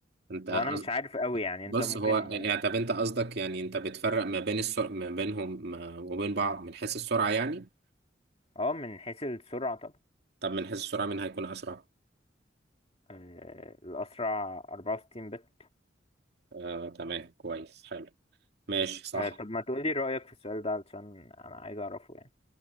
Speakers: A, on the right; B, on the left.
A: أنت قصد-
B: هو انا مش عارف قوي يعني
A: بص
B: انت ممكن
A: هو يعني طب أنت قصدك يعني أنت بتفرق ما بين السرعة ما بينهم ما- وبين بعض من حيث السرعة يعني
B: اه من حيث السرعة طبعا
A: طب من حيث السرعة مين هيكون أسرع
B: آه، الاسرع 64 بت
A: آه تمام كويس حلو ماشي صح
B: آه، طب ما تقولي رأيك في السؤال ده علشان انا عايز اعرفه يعني